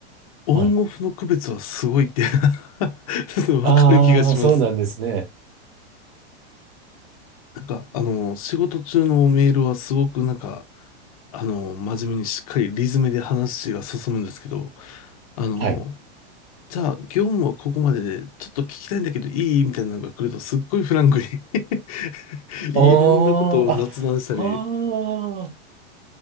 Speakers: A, on the left; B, on the right.
A: オンオフの区別はすごいって
B: はい。
A: <laughs> わかる気がします。
B: ああ、そうなんですね。
A: なんか、あの、仕事中のメールはすごくなんか、あの、真面目にしっかりリズムで話が進むんですけど、あの、
B: はい。
A: じゃあ、業務はここまでで、ちょっと聞きたいんだけどいいみたいなのが来ると、すっごいフランクに <laughs> いろんなことを雑談したり、
B: ああ、あ、はあ。
A: い